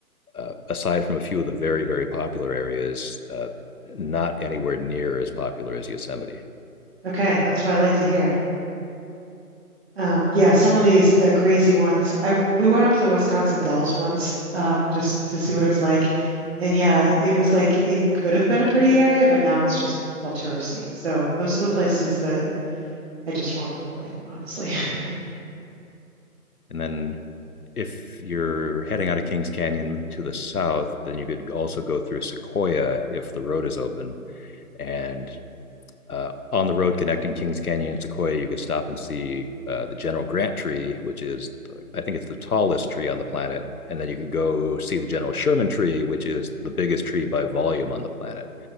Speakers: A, on the left (about 70°); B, on the right (about 40°).
A: uh, aside from a few of the very, very popular areas, uh, not anywhere near as popular as Yosemite.
B: okay. That's what I like to hear. Um, yeah, some of these the crazy ones. I we went up to the Wisconsin Dells once, um, just to see what it was like. And yeah, it was like it could have been a pretty area, but now it's just all touristy. So those are the places that I just want to avoid, honestly. <laughs>
A: And then if you're heading out of Kings Canyon to the south, then you could also go through Sequoia if the road is open. And uh, on the road connecting Kings Canyon and Sequoia, you could stop and see uh, the General Grant tree, which is, the, I think it's the tallest tree on the planet. And then you can go see the General Sherman tree, which is the biggest tree by volume on the planet.